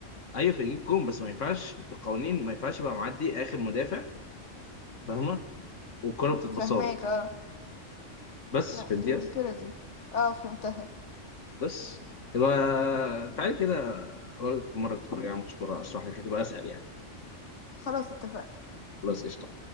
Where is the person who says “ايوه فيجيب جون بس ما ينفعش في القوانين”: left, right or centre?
Left